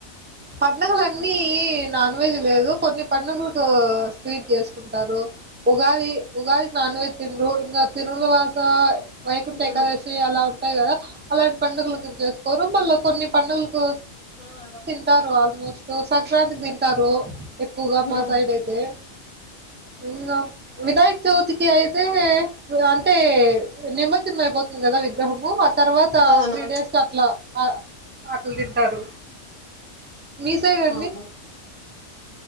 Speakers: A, on the right (about 15°); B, on the left (about 25°).
A: పండుగలన్నీ నాన్ వెజ్ లేదు కొన్ని పడుగలకు స్వీట్ చేస్తా ఉంటారు ఉగాది ఉగాది కి నాన్ వెజ్ తినరు ఇంకా తినని వాళ్ళు <unintelligible> వైకుంఠ ఏకాదశి
B: ఉమ్
A: అలా ఉంటాయి కదా అలాంటి పండుగలకు చేసుకోరు మల్ల కొన్ని పండగలకు
B: ఆ అల
A: తింటారు ఆల్మోస్ట్ సంక్రాంతి తింటారు ఎక్కువగా
B: ఉమ్
A: మా సైడ్ అయితే ఇంకా వినాయక చవితికి అయితే అంటే నిమజ్జనం అయిపోతుంది కదా విగ్రహము అతర్వాత
B: అవును
A: త్రీ డేస్ అట్లా ఆ అట్లు తింటారు మీ సైడ్ అండి
B: ఆహా